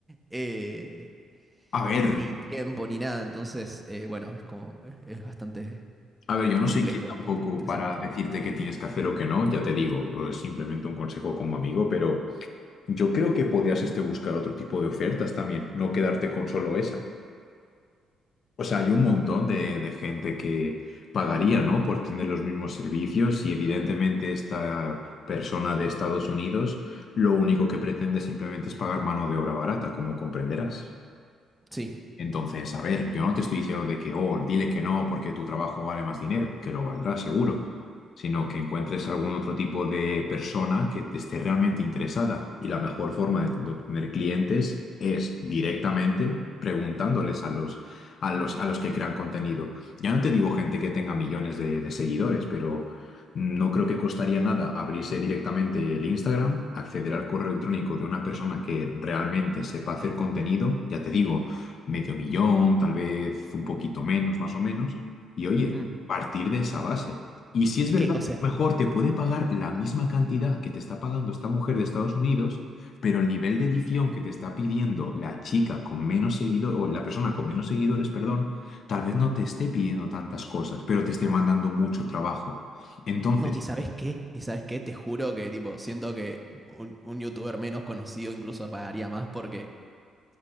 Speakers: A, in the centre; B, on the left.
A: eh,
B: A ver,
A: ni tiempo ni nada. Entonces, eh, bueno, es como, es bastante
B: a ver, yo no
A: complejo,
B: soy quien
A: bastante
B: tampoco
A: estresante.
B: para decirte qué tienes que hacer o qué no, ya te digo, es simplemente un consejo como amigo, pero yo creo que podrías este buscar otro tipo de ofertas también, no quedarte con solo esa. O sea, hay un montón de, de gente que pagaría, ¿no? Por tener los mismos servicios y evidentemente esta persona de Estados Unidos lo único que pretende simplemente es pagar mano de obra barata, como comprenderás.
A: Sí.
B: Entonces, a ver, yo no te estoy diciendo de que, oh, dile que no porque tu trabajo vale más dinero, que lo valdrá seguro, sino que encuentres algún otro tipo de persona que te esté realmente interesada. Y la mejor forma de, de obtener clientes es directamente preguntándoles a los, a los, a los que crean contenido. Ya no te digo gente que tenga millones de, de seguidores, pero no creo que costaría nada abrirse directamente el Instagram, acceder al correo electrónico de una persona que realmente sepa hacer contenido, ya te digo medio millón, tal vez un poquito menos, más o menos. Y oye,
A: Mm.
B: partir de esa base. Y si es
A: Es
B: verdad
A: que, o
B: que
A: sea,
B: a lo mejor te puede pagar la misma cantidad que te está pagando esta mujer de Estados Unidos, pero el nivel de edición que te está pidiendo la chica con menos seguidores, o la persona con menos seguidores, perdón, tal vez no te esté pidiendo tantas cosas, pero te esté mandando mucho trabajo. Entonces,
A: no, ¿y sabes qué? ¿Y sabes qué? Te juro que, tipo, siento que un, un youtuber menos conocido incluso pagaría más porque